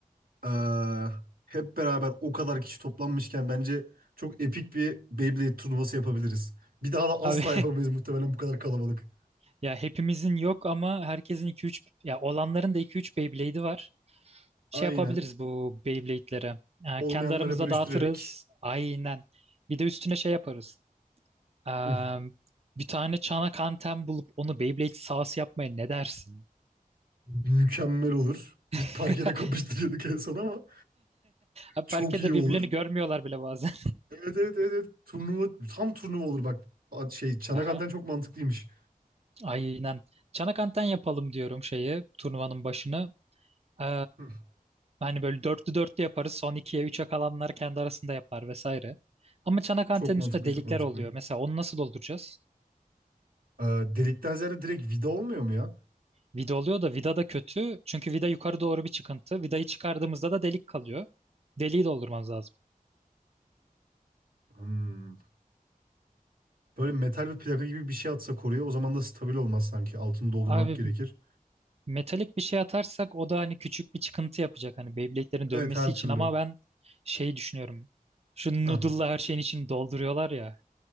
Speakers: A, on the right (about 80°); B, on the right (about 45°).
A: Ee, hep beraber o kadar kişi toplanmışken bence çok epik bir Beyblade turnuvası yapabiliriz. Bir daha da asla
B: Abi
A: yapamayız muhtemelen bu kadar kalabalık.
B: <laughs> ya hepimizin yok ama herkesin iki üç, ya olanların da iki üç Beyblade'i var. şey
A: Aynen.
B: yapabiliriz bu Beyblade'lere. Ee,
A: Olmayanlara
B: kendi aramızda
A: bölüştürerek
B: dağıtırız. Aynen. Bir de üstüne şey yaparız. Ee,
A: hı,
B: bir tane çanak anten bulup onu Beyblade sahası yapmaya ne dersin?
A: mükemmel olur. Biz
B: <laughs>
A: parkede kapıştırıyorduk en son ama
B: Abi
A: çok
B: parkede
A: iyi olur.
B: birbirlerini görmüyorlar bile bazen.
A: Evet evet evet. evet. Turnuva tam turnuva olur bak. A- Şey çanak
B: <laughs> Aha.
A: anten çok mantıklıymış.
B: Aynen. Çanak anten yapalım diyorum şeyi turnuvanın başını. Ee,
A: Hı.
B: hani böyle dörtlü dörtlü yaparız. Son ikiye üçe kalanlar kendi arasında yapar vesaire. Ama çanak antenin
A: Çok mantıklı
B: üstünde delikler
A: çok mantıklı.
B: oluyor. Mesela onu nasıl dolduracağız?
A: Ee, delikten ziyade direkt vida olmuyor mu ya?
B: Vida oluyor da vida da kötü. Çünkü vida yukarı doğru bir çıkıntı. Vidayı çıkardığımızda da delik kalıyor. Deliği doldurmamız lazım.
A: Hmm. Böyle metal bir plaka gibi bir şey atsa koruya o zaman da stabil olmaz sanki. Altını doldurmak
B: Abi
A: gerekir.
B: metalik bir şey atarsak o da hani küçük bir çıkıntı yapacak hani Beyblade'lerin dönmesi
A: Evet her
B: için
A: türlü.
B: ama ben şey düşünüyorum. Şu
A: Hah.
B: noodle'la her şeyin içini dolduruyorlar ya.